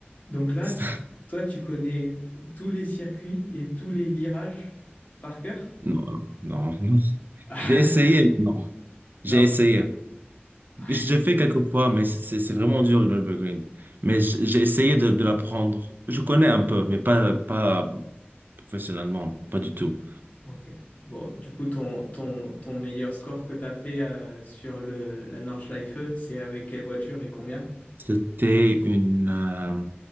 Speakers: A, on the left; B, on the right.
A: donc là,
B: <laughs>
A: tu, toi, tu connais tous les circuits et tous les virages par cœur?
B: Non, non, non.
A: <laughs>
B: J'ai essayé, mais non. J'ai
A: Non.
B: essayé.
A: Ah,
B: J'ai
A: c'est-
B: fait quelques fois, mais c'est c'est- c'est vraiment dur le Nürburgring. Mais j- j'ai essayé de, de l'apprendre. Je connais un peu, mais pas, pas professionnellement, pas du tout.
A: ok. Bon, du coup, ton, ton, ton meilleur score que tu as fait euh, sur le, la Nordschleife, c'est avec quelle voiture et combien?
B: C'était une... euh,